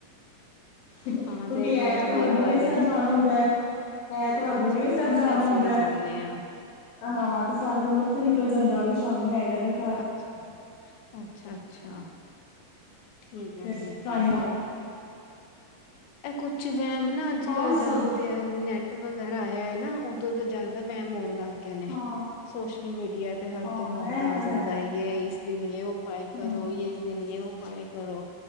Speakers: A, on the left (about 85°); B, on the left (about 70°).
A: ਕਿਉਂਕਿ,
B: ਹਾਂ ਦੇਖਲੋ
A: ਐਤਵਾਰ
B: ਅੱਜ ਵੀਰਵਾਰ
A: ਬੂੜੀਆਂ
B: ਏ
A: ਸਾਹਿਬ ਜਾਣਾ ਹੁੰਦਾ ਹੈ। ਐਤਵਾਰ,
B: ਅੱਛਾ-ਅੱਛਾ
A: ਬੂੜੀਆ ਸਾਹਿਬ
B: ਉਹ
A: ਜਾਣਾ
B: ਤੇ ਅਸੀਂ
A: ਹੁੰਦਾ।
B: ਵੀ ਜਾਂਨੇ ਆ
A: ਹਾਂ, ਤੇ ਸਾਰਾ ਦਿਨ ਉੱਥੇ ਨਿਕਲ ਜਾਂਦਾ ਫ ਸ਼ਾਮੀ ਆਈਦਾ ਫਿਰ ਘਰ,
B: ਅੱਛਾ, ਅੱਛਾ -ਅੱਛਾ। ਠੀਕ ਹੈ,
A: ਫਿਰ
B: ਠੀਕ
A: ਟਾਈਮ
B: ਹੈ।
A: ਨਾਲ
B: ਹੋਰ ਇਹ ਕੁਛ ਵਹਿਮ ਨਾ ਅੱਜ
A: ਬਸ
B: ਕੱਲ ਜਦ ਦੇ ਆ ਨੈਟ। ਵਗੈਰਾ, ਆਇਆ ਹੈ ਨਾ ਉਦੋਂ ਤਾਂ ਜ਼ਿਆਦਾ ਵਹਿਮ ਹੋਣ ਲੱਗ ਗ ਗਿਆ। ਨੇ
A: ਹਾਂ
B: ਸੋਸ਼ਲ ਮੀਡੀਆ ਤੇ ਹਰ
A: ਹਾਂ
B: ਤੋਂ ਹਰ
A: ਇਹ
B: ਦਾ
A: ਤਾਂ ਹੈ
B: ਕਹਿੰਦਾ, ਇਸ ਦਿਨ ਯੇ ਉਪਾਏ
A: ਹਮ
B: ਕਰੋ, ਇਸ ਦਿਨ ਯੇ ਉਪਾਏ ਕਰੋ।